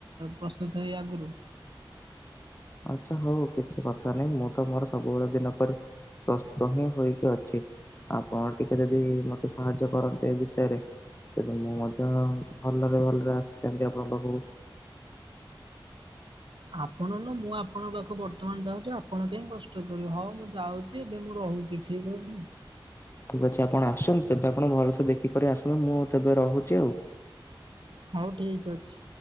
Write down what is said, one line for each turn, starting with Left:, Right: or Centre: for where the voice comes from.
Right: ପ୍ରସ୍ତୁତ ହେଇ ଆଗୁରୁ।
Left: ଆଚ୍ଛା ହଉ କିଛି କଥା ନାହିଁ, ମୁଁ ତ ମୋର ସବୁବେଳ ଦିନ ପରି ପ୍ରସ୍ତୁତ ହିଁ ହୋଇକି ଅଛି। ଆପଣ ଟିକେ ଯଦି ମତେ ସାହାଯ୍ୟ କରନ୍ତେ ଏ ବିଷୟରେ। ତେଣୁ ମୁଁ ମଧ୍ୟ ଭଲରେ ଭଲରେ ଆସିଯାନ୍ତି ଆପଣଙ୍କ ପାଖକୁ। <inaudible>
Right: ଆପଣ ନୁହଁ ମୁଁ ଆପଣଙ୍କ ପାଖକୁ ବର୍ତ୍ତମାନ ଯାଉଛି ଆପଣ କାହିଁ କଷ୍ଟ କରିବେ, ହଉ ମୁଁ ଯାଉଚି ଏବେ ମୁଁ ର ହୁଚି ଠିକ ଅଛି।
Left: ଠିକ ଅଛି ଆପଣ ଆସୁଛନ୍ତି ତେବେ ଆପଣ ଭଲସେ ଦେଖିକରି ଆସନ୍ତୁ, ମୁଁ ତେବେ ରହୁଚି ଆଉ।
Right: ହଉ ଠିକ୍ ଅଛି।